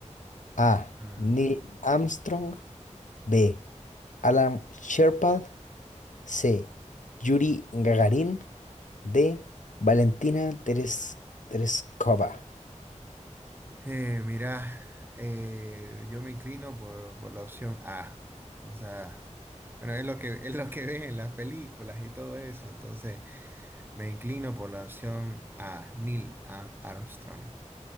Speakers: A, on the left (about 85°); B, on the right (about 15°).
A: A.
B: Mm.
A: Neil Armstrong. B. Alan Shepard. C. Yuri Gagarin. D. Valentina Teres- Tereskova.
B: Eh, mira, eh, yo me inclino por, por la opción A. O sea, bueno, es lo que, <laughs> es lo que ven en las películas y todo eso. Entonces, me inclino por la opción A, Neil Ar- Armstrong.